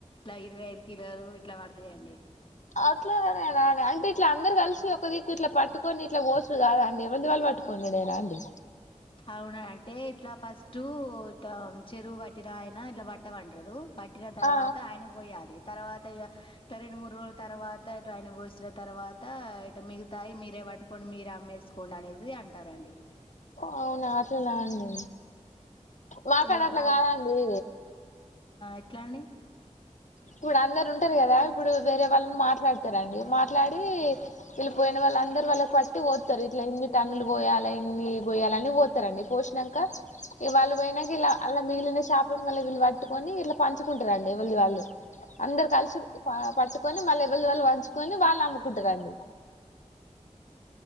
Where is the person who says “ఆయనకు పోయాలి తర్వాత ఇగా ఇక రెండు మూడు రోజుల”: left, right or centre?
Left